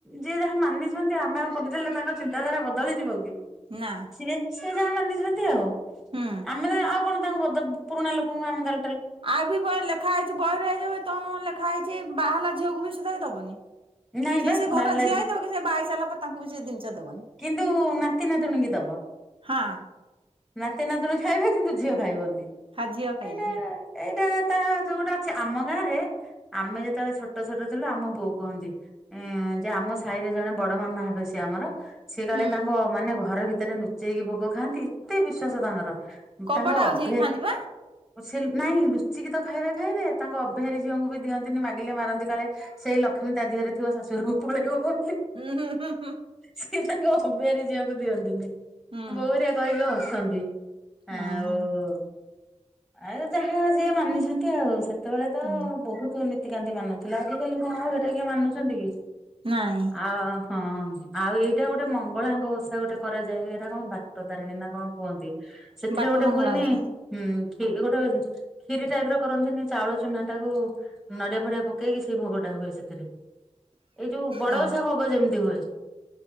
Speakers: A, in the centre; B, on the right.
A: ଯିଏ ଯାହା ମାନିଛନ୍ତି ଆମେ ଆଉ କହିଦେଲେ ତାଙ୍କ ଚିନ୍ତାଧାରା ବଦଳିଯିବ କି।
B: ନା।
A: ଚିଏ ସିଏ ଯାହା ମାନିଛନ୍ତି ଆଉ
B: ହୁଁ
A: ଆମେ ତ ଆଉ କଣ ତାଙ୍କ ବଡ ପୁରୁଣା ଲୋକଙ୍କୁ ଆମେ କା
B: ଆଉ ବି ବଇରେ ଲେଖା ହେଇଛି ବହିରେ ଏଇ ଯୋଉ ତ ମ ଲେଖା ହେଇଛି ବାହା ହେଲା ଝିଅକୁ ବି ସୁଧା ଇ ଦବନି।
A: ନାଇଁ
B: ସିଏ
A: ବା
B: ସିଏ ଘରର
A: ବାହା ହେଲା
B: ଝିଅ
A: ଝି
B: ହେଇଥିବ କି ସେ ବାହା ହେଇସାଇଲା ପରେ ତାଙ୍କୁ ବି ସେ ଜିନିଷ ଦବନି।
A: କିନ୍ତୁ ନାତି ନାତୁଣୀ ଙ୍କି ଦବ।
B: ହଁ
A: ନାତି ନାତୁଣୀ ଖାଇବେ କିନ୍ତୁ ଝିଅ ଖାଇବନି
B: ଖା ଝିଅ ଖାଇବନି
A: ଏଇଟା ଏଇଟା ତା ଯୋଉ ଗୋଟେ ଅଛି ଆମ ଗାଁ ରେ ଆମେ ଯେତେବେଳେ ଛୋଟ ଛୋଟ ଥିଲୁ ଆମ ବୋଉ କୁହନ୍ତି। ଉଁ ଯେ ଆମ ସାଇରେ ଜଣେ ବଡ ମାମା ହେବେ ସିଏ ଆମର ସିଏ କାଳେ
B: ହୁଁ
A: ତାଙ୍କ ମାନେ ଘର ଭିତରେ ନୁଚେଇକି ଭୋଗ ଖାଆନ୍ତି ଏତେ ବିଶ୍ଵାସ ତାଙ୍କର।
B: କବାଟ
A: ତାଙ୍କ
B: ଆଉଜେଇ
A: ଅଭ୍ୟା
B: କି ଖାଆନ୍ତି ପା।
A: ସେ ନାଇଁ ଲୁଚିକି ତ ଖାଇବେ ଖାଇବେ ତାଙ୍କ ଅବେହାରୀ ଝିଅଙ୍କୁ ବି ଦିଅନ୍ତିନି ମାଗିଲେ ମାରନ୍ତି କାଳେ। ସେଇ ଲକ୍ଷ୍ମୀ ତା ଦିହେରେ ଥିବ ଶାଶୁୁଘରୁକୁ ପଳେଇବ ବୋଲି।
B: ଉଁ ହୁଁ ହୁଁ ହୁଁ।
A: ସିଏ ତାଙ୍କ ଅବହାର ଝିଅଙ୍କୁ ଦିଅନ୍ତିନି
B: ହୁଁ ହୁଁ
A: ବୋହରିଆ କହିକି ହସନ୍ତି
B: ହଁ
A: ଆଉ
B: ହଁ
A: ଆଉ ଯାହା ଯିଏ ମାନିଛନ୍ତି ଆଉ ସେ ସେତେବେଳେ ତ
B: ହଁ
A: ବହୁତ ନୀତିକାନ୍ତି ମାନୁଥିଲା, ଆଜଜିିକାଲି କଣ ଆଉ ସେଟା କିଏ ମାନୁଛନ୍ତି କି?
B: ନାଇଁ।
A: ଆଉ ହଁ ଆଉ ଏଇଟା ଗୋଟେ ମଙ୍ଗଳାଙ୍କ ଓଷା ଗୋଟେ କରାଯାଏ, ଏଇଟା କଣ ବାଟ ତାରିଣୀ ନା କଣ କୁହନ୍ତି ସେଥିରେ
B: ବାଟ
A: ଗୋଟେ
B: ମଙ୍ଗଳା
A: ହୁଏନି,
B: ଓଷା
A: ହଁ କି ଗୋଟେ କ୍ଷରି ଟାଇପ ର କରନ୍ତିନି ଚାଉଳ ଚାଉଳ ଚୂନା ନଡିଆ ଫଡିଆ ପକେଇକି, ସେଇ ଭୋଗ ଟା ହୁଏ ସେଥିରେ ଏଇ ଯୋଉ ବଡ
B: ହଁ
A: ବଷା ଭୋଗ ଯେମିତି ହୁଏ